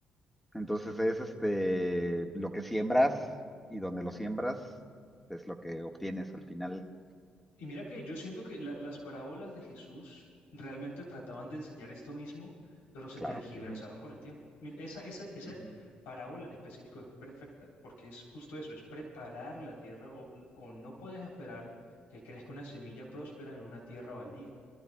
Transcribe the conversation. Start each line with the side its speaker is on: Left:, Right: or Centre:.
Centre: Entonces es este lo que siembras y donde lo siembras es lo que obtienes al final.
Left: Y mira que yo siento que la- las parábolas de Jesús realmente trataban de enseñar esto mismo, pero se
Centre: Claro.
Left: tergiversaron
Centre: Ujú,
Left: con el tiempo. Mira, esa, esa, esa
Centre: ujú,
Left: parábola en específico es perfecta, porque es justo eso, es preparar la tierra o, o no puedes esperar que crezca una semilla próspera en una tierra baldía.